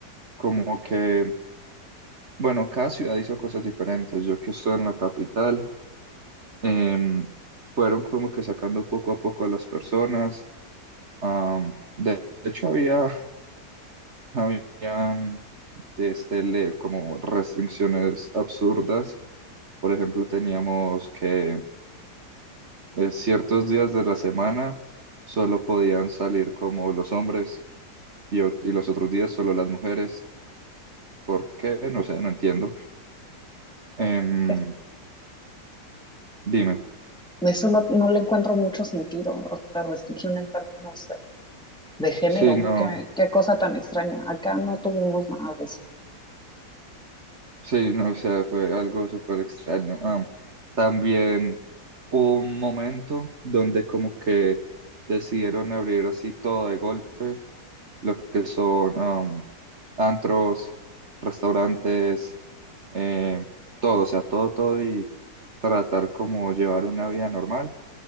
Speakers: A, on the right; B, in the centre.
A: como que, bueno, cada ciudad hizo cosas diferentes. Yo que estoy en la capital, em, fueron como que sacando poco a poco a las personas. Am, de hecho, había. Habían este, le- como restricciones absurdas. Por ejemplo, teníamos que eh, ciertos días de la semana solo podían salir como los hombres y, o- y los otros días solo las mujeres. ¿Por qué? No sé, no entiendo. Em,
B: Es-
A: dime.
B: Eso no, no le encuentro mucho sentido, o sea, restricción en términos de, de género,
A: Sí, no,
B: qué, qué cosa tan extraña, acá no tuvimos nada de eso.
A: sí, no, o sea, fue algo súper extraño. Am, también hubo un momento donde como que decidieron abrir así todo de golpe lo que son am, antros, restaurantes, eh, todo, o sea, todo, todo y tratar como llevar una vida normal.